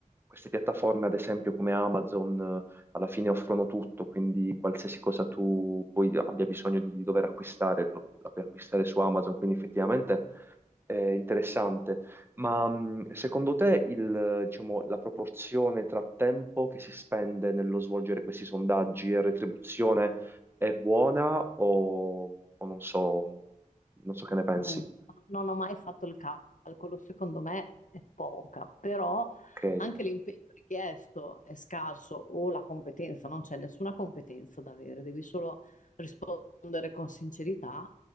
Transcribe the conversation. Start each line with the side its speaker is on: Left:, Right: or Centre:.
Right: queste piattaforme, ad esempio come Amazon, eh, alla fine offrono tutto, quindi qualsiasi cosa tu poi abbia bisogno di dover acquistare, lo, la puoi acquistare su Amazon, quindi effettivamente eh, interessante. Ma mh, secondo te il, diciamo, la proporzione tra tempo che si spende nello svolgere questi sondaggi e retribuzione è buona o, o non so, non so che ne pensi?
Left: Non, non ho mai fatto il calcolo, secondo me è poca, però
Right: Ok,
Left: anche l'impegno richiesto è scarso o la competenza, non c'è nessuna competenza da avere, devi solo rispondere con sincerità,